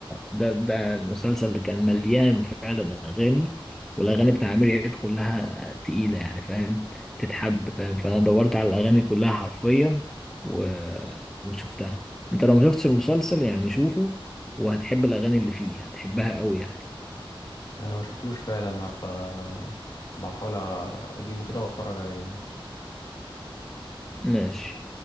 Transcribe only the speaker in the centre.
ده ده المسلسل اللي كان مليان فعلا أغاني والأغاني بتاع عمرو دياب كلها تقيلة يعني فاهم تتحب فاهم فأنا دورت على الأغاني كلها حرفيا و... وشفتها أنت لو ما شفتش المسلسل يعني شوفه وهتحب الأغاني اللي فيه هتحبها أوي يعني
ماشي